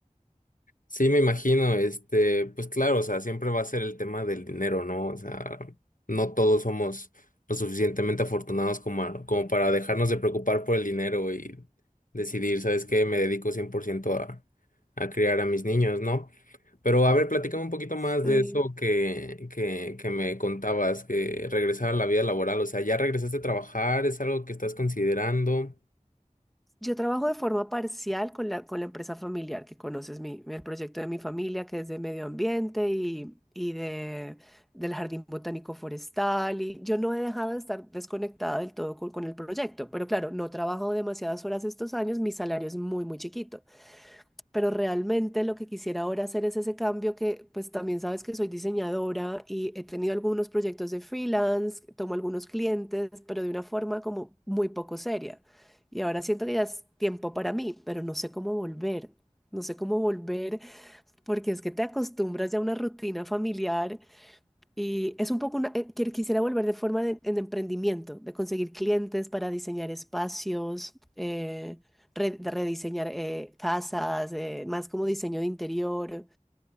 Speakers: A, on the left; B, in the centre.
A: Sí, me imagino, este, pues claro, o sea, siempre va a ser el tema del dinero, ¿no? O sea, no todos somos lo suficientemente afortunados como, a- como para dejarnos de preocupar por el dinero y decidir, ¿sabes qué? Me dedico 100% a, a criar a mis niños, ¿no? Pero a ver, platícame un poquito
B: sí.
A: más de eso que, que, que me contabas, que regresar a la vida laboral, o sea, ¿ya regresaste a trabajar? ¿Es algo que estás considerando?
B: Yo trabajo de forma parcial con la, con la empresa familiar, que conoces mi, el proyecto de mi familia, que es de medio ambiente y, y de, del jardín botánico forestal. Y yo no he dejado de estar desconectada del todo con, con el proyecto, pero claro, no trabajo demasiadas horas estos años, mi salario es muy, muy chiquito. pero realmente lo que quisiera ahora hacer es ese cambio que pues también sabes que soy diseñadora y he tenido algunos proyectos de freelance, tomo algunos clientes, pero de una forma como muy poco seria. Y ahora siento que ya es tiempo para mí, pero no sé cómo volver. No sé cómo volver porque es que te acostumbras ya a una rutina familiar y es un poco una, eh, quier- quisiera volver de forma de, en emprendimiento, de conseguir clientes para diseñar espacios, eh, re- de rediseñar eh, casas, eh, más como diseño de interior,